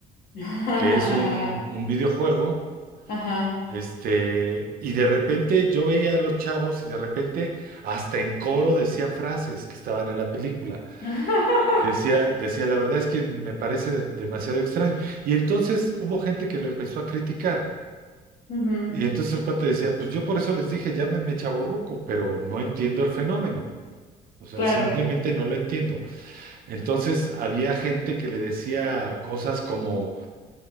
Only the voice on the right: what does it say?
que es un, un videojuego
Este, y de repente yo veía a los chavos y de repente hasta en coro decían frases que estaban en la película.
Y decía, decía, la verdad es que me parece de- demasiado extraño. Y entonces hubo gente que lo empezó a criticar.
Y entonces el cuate decía, pues yo por eso les dije, llámenme chavorruco, pero no entiendo el fenómeno. O sea,
simplemente no lo entiendo. Entonces había gente que le decía cosas como